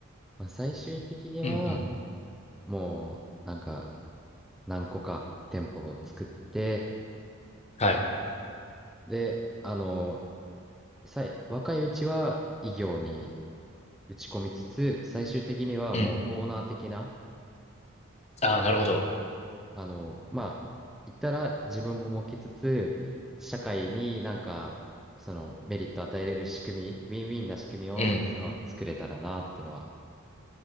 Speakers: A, in the centre; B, on the left.
A: まあ、最終的には、
B: うんうん。
A: もう、なんか、何個か店舗を作って、
B: はい。
A: で、あの、さい、若いうちは異業に打ち込みつつ、最終的にはもうオーナー的な、
B: うん。ああ、なるほど。
A: あの、まあ、言ったら自分も設けつつ、社会になんか、そのメリット与えれる仕組み、ウィンウィンな仕組みを、
B: うん。
A: その、作れたらなっていうのは、